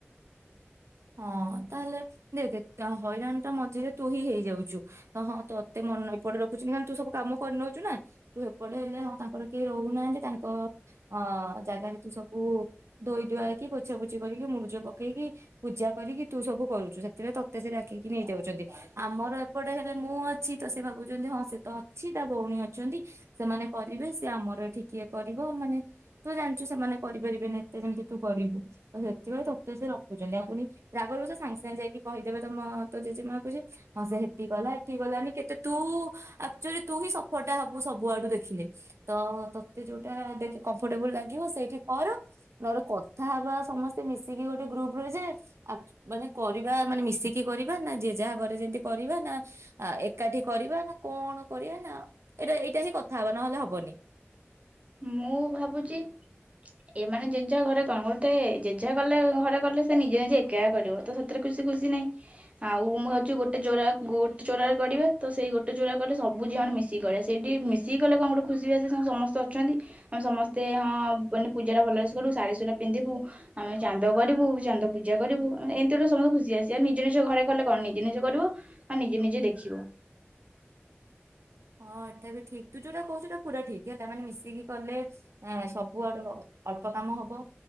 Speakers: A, on the right; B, on the right.
A: ହଁ ତାହେଲେ ଦେଖ ହଇରାଣ ଟା ମଝିରେ ତୁହି ହେଇଯାଉଛୁ। ହଁ ତୋତେ ମନ ନାହିଁ ଏପଡେ ରଖୁଛନ୍ତିି ମାନେ ତୁ ସବୁ କାମ କରିନେଉଛୁ ନା। ତୁ ଏପଟେ ହେଲେ ହଁ ତାଙ୍କର କେହି ରହୁନାହାନ୍ତି ତାଙ୍କ ଅ ଜାଗାରେ ତୁ ସବୁ ଧୋଇ ଧୁଆ ହେଇକି ପୋଛା ପୋଛି କରିକି ମୁରୁଜ ପକେଇକି ପୂଜା କରିକି ତୁ ସବୁ କରୁଛୁ ସେଥିପାଇଁ ତତେ ସେ ଡାକିକି ନେଇଯାଉଛନ୍ତି ଆମର ଏପଟେ ହେଲେ ମୁଁ ଅଛି ତ ସେ ଭାବୁଛନ୍ତି ହଁ ସେ ତ ଅଛି ତା ଭଉଣୀ ଅଛନ୍ତି ସେମାନେ କରିବେ। ସେ ଆମର ଏଠି ଇଏ କରିବ ମାନେ ତୁ ଜାଣିଛୁ ସେମାନେ କରିପାରିବେନି ଏତେ ଯେମିତି ତୁ କରିବୁ। ସେଥିପାଇଁ ତତେ ସେ ରଖୁଛନ୍ତି ଆଉ ପୁଣି ରାଗ ରୁଷା ସାଙ୍ଗେ ସାଙ୍ଗେ ଯାଇକି କହିଦେବେ ତମ ତୋ ଜେ ଜେମା କୁ ଯାଇ ହଁ ସେ ସେଠି କଲା ଏଠି କଲାନି କେତେ ତୁ ଆକଚୁଆଲି ତୁ ହିଁ ସଫରଟା ହବୁ ସବୁଆଡୁ ଦେଖିଲେ ତ ତତେ ଯୋଉଟା ଦେଖେ କମ୍ଫର୍ଟେବୁଲ ଲାଗିବ ସେଇଠି କର। ନହେଲେ କଥା ହେବା ସମସ୍ତେ ମିଶିକି ଗୋଟେ ଗ୍ରୁପ ଯେ ଆ ମାନେ କରିବା ମାନେ ମିଶିକି କରିବା ନା ଯିଏ ଯାହା କରେ ଯେମିତି କରିବା ନା। ଆ ଏକାଠି କରିବା ନା କଣ କରିବା ନା ଏଇଟା ଏଇଟା ହିଁ କଥା ହବା ନହେଲେ ହବନି।
B: ମୁଁ ଭାବୁଛି। ଏମାନେ ଜେ ଜାହା ଘରେ କଣ ଗୋଟେ ଜେ ଜାହା କଲେ ଘରେ କଲେ ସେ ନିଜେ ନିଜେ ଏକା କରିବ। ତ ସେଥିରେ ଖୁସି ନାଇଁ। ଆଉ ମୁଁ ଭାବଛି ଗୋଟେ ଚଉରା ଗୋଟେ ଚଉରାରେ କରିବା ତ ସେଇ ଗୋଟେ ଚଉରା କଲେ ସବୁ ଝିଅ ମାନେ ମିଶିକି କରିବା ସେ ସେଇଠି ମିଶିକି ଗଲେ କଣ ଗୋଟେ ଖୁସି ବାସି ସମସ୍ତ ଛନ୍ତି ଆମେ ସମସ୍ତେ ହଁ ମାନେ ପୂଜାଟା ଭଲ ସରୁ କଲୁ ଶାଢୀ ସୁଢା ପିନ୍ଧିବୁ। ଆମେ ଚାନ୍ଦ କରିବୁ ଚାନ୍ଦ ପୂଜା କରିବୁ ଏମିତି ଗୁଟେ ସମସ୍ତେ ଖୁସି ଆସି ଆଉ ନିଜ ନିଜ ଘରେ କଲେ କଣ ନିଜ ନିଜ କରିବୁ? ଆ ନିଜେ ନିଜେ ଦେଖିବ।
A: ହଁ ଏଟା ବି ଠିକ ତୁ ଯୋଉଟା କହୁଛୁ ଏଟା ପୁରା ଠିକ୍ ହେଲ ତା ମାନେ ମିଶିକି କଲେ। ଆ ସବୁ ଆଡୁ ଅଳ୍ପ କାମ ହବ।